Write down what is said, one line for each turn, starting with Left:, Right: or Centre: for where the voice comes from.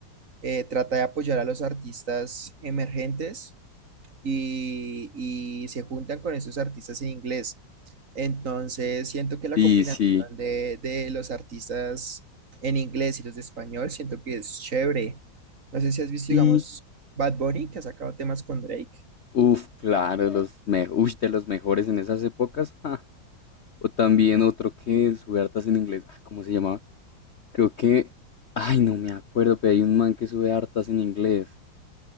Right: eh, trata de apoyar a los artistas emergentes. y, y se juntan con esos artistas en inglés. Entonces, siento que la
Left: Sí,
Right: combinación
Left: sí,
Right: de, de los artistas en inglés y los de español, siento que es chévere. No sé si has visto,
Left: sí.
Right: digamos, Bad Bunny, que ha sacado temas con Drake.
Left: Uf, claro, los me ush, de los mejores en esas épocas. ja. O también otro que sube hartas en inglés. Ah, ¿cómo se llamaba? Creo que. Ay, no me acuerdo, pero hay un man que sube hartas en inglés.